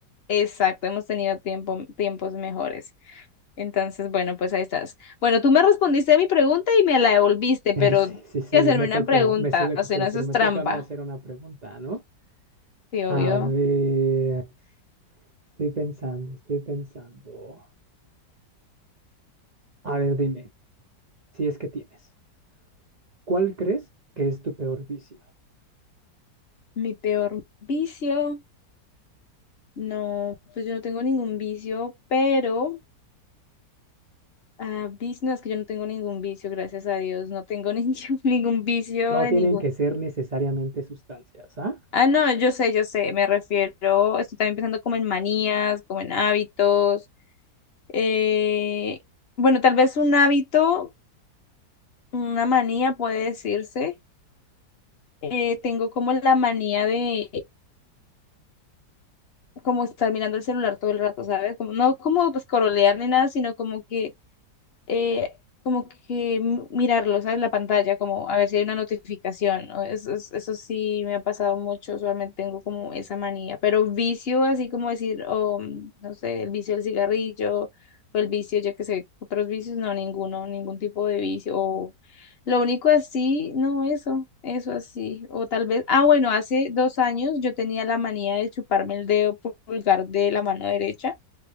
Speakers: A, on the left; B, on the right.
A: exacto, hemos tenido tiempo, tiempos mejores. Entonces, bueno, pues ahí estás. Bueno, tú me respondiste a mi pregunta y me la devolviste,
B: <laughs>
A: pero
B: Sí,
A: tienes
B: sí, sí,
A: que hacerme
B: me
A: una
B: toca,
A: pregunta,
B: me sé lo
A: o
B: que
A: sea,
B: te
A: no,
B: decir,
A: eso es
B: me
A: trampa.
B: toca a mí hacer una pregunta, ¿no?
A: Sí, obvio.
B: A ver, estoy pensando, estoy pensando. A ver, dime, si es que tienes, ¿cuál crees que es tu peor vicio?
A: Mi peor vicio. No, pues yo no tengo ningún vicio, pero Ah, vic- no, es que yo no tengo ningún vicio, gracias a Dios, no tengo <laughs> ningún, ningún vicio
B: No
A: de
B: tienen
A: ningún.
B: que ser necesariamente sustancias, ¿ah?
A: Ah, no, yo sé, yo sé, me refiero, estoy también pensando como en manías, como en hábitos. eh, bueno, tal vez un hábito, una manía puede decirse. eh, tengo como la manía de como estar mirando el celular todo el rato, ¿sabes? Como, no como pues corolear ni nada, sino como que eh, como que m- mirarlo, ¿sabes? La pantalla, como a ver si hay una notificación, ¿no? Eso, es- eso sí me ha pasado mucho, usualmente tengo como esa manía, pero vicio, así como decir, o mm, no sé, el vicio del cigarrillo o el vicio, yo qué sé, otros vicios, no, ninguno, ningún tipo de vicio. O lo único así, no, eso, eso así. O tal vez, ah, bueno, hace dos años yo tenía la manía de chuparme el dedo pulgar de la mano derecha